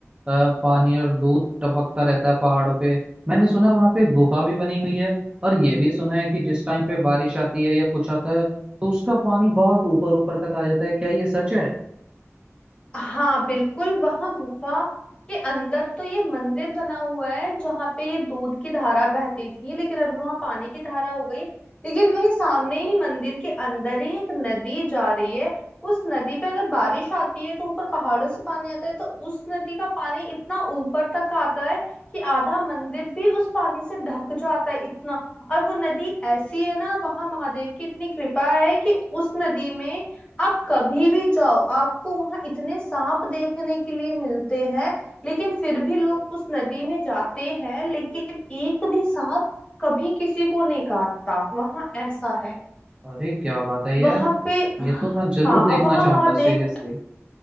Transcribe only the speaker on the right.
अ, पानी और दूध टपकता रहता है पहाड़ों पे मैंने सुना है वहां पे गुफा भी बनी हुई है और ये भी सुना है कि जिस टाइम पे बारिश आती है या कुछ आता है तो उसका पानी बहुत ऊपर ऊपर तक आ जाता है क्या ये सच है
अरे क्या बात है यार
ये तो मैं जरूर
देखना
चाहूंगा
सीरियसली